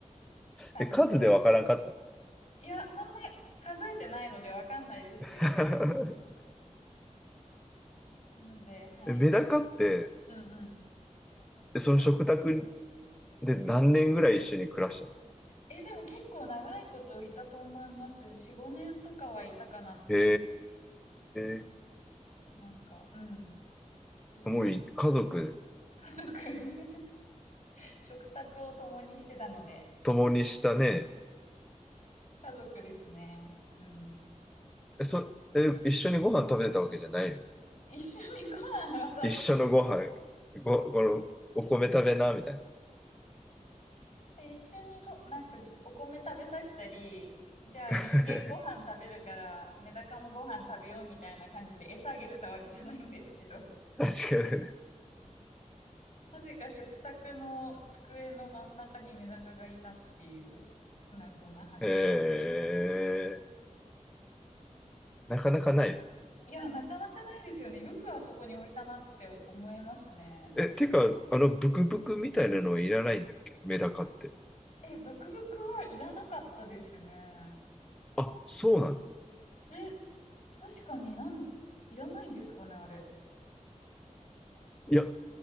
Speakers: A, on the left; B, in the centre.
A: 感じで。
B: え、数でわからんかった
A: いや、そんな数えてないのでわかんないですよ。
B: の。
A: なので、
B: <laughs>
A: はい。
B: え、メダカって、
A: うんうん。
B: えその食卓で何年ぐらい一緒に暮らしたの
A: え、でも結構長いこといたと思います。4、5年とかはいたかなって思
B: へえ、
A: う。なんか、うん。意外と
B: もうい家族
A: 家族 <laughs> 食卓を共にしてたので、
B: 共にしたね。
A: 家族ですね。うん。
B: え、そ、え、一緒にご飯食べてたわけじゃないよ。
A: 一緒にご飯は食べ
B: 一緒のご飯、ご、この、お米食べな、みたいな。
A: て、一緒にご、なんかお米食べさせたり、じゃあ人間ご飯食べるから、
B: <laughs>
A: メダカもご飯食べようみたいな感じで餌あげてたわけじゃないんですけど、<laughs>
B: 確かにね。
A: なぜか食卓の机の真ん中にメダカがいたっていう謎な話。
B: えー、なかなかない。
A: いや、なかなかないですよね。よくあそこに置いたなって思いますね。なんか
B: え、てか、あの、ブクブクみたいなのいらないんだっけメダカって。
A: え、ブクブクはいらなかったですね。
B: あ、そうなの
A: うん。え、確かになん、いらないんですかね、あれ。
B: いや、